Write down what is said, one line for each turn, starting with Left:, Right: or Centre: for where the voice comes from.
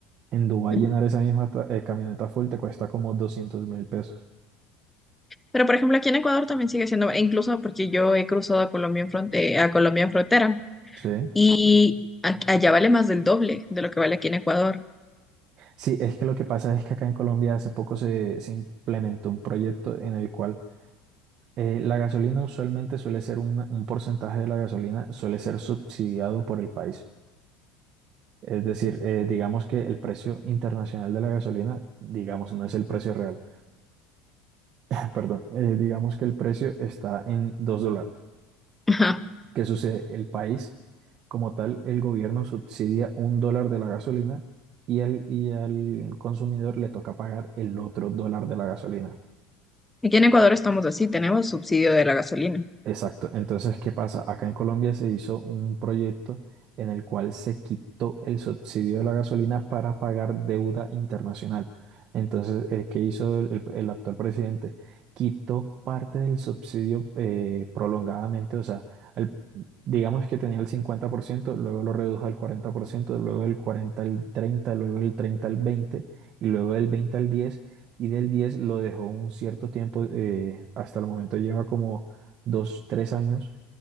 Right: En Dubái
Centre: Ujú.
Right: llenar esa misma ta- eh, camioneta full te cuesta como doscientos mil pesos.
Centre: Pero por ejemplo, aquí en Ecuador también sigue siendo, e incluso porque yo he cruzado a Colombia en fronte- a Colombia en frontera
Right: Sí.
Centre: y a- allá vale más del doble de lo que vale aquí en Ecuador.
Right: Sí, es que lo que pasa es que acá en Colombia hace poco se, se implementó un proyecto en el cual eh, la gasolina usualmente suele ser una- un porcentaje de la gasolina, suele ser subsidiado por el país. Es decir, eh, digamos que el precio internacional de la gasolina, digamos, no es el precio real, <laughs> perdón, eh, digamos que el precio está en 2 dólares.
Centre: <laughs> Ajá.
Right: ¿Qué sucede? El país, como tal, el gobierno subsidia un dólar de la gasolina y, el, y al consumidor le toca pagar el otro dólar de la gasolina.
Centre: Aquí en Ecuador estamos así, tenemos subsidio de la gasolina.
Right: Exacto. Entonces, ¿qué pasa? Acá en Colombia se hizo un proyecto en el cual se quitó el subsidio de la gasolina para pagar deuda internacional. Entonces, eh, ¿qué hizo el, el- el actual presidente? Quitó parte del subsidio eh, prolongadamente, o sea, al- digamos que tenía el 50%, luego lo redujo al 40%, luego del 40 al 30, luego del 30 al 20 y luego del 20 al 10 y del 10 lo dejó un cierto tiempo, eh, hasta el momento lleva como dos, tres años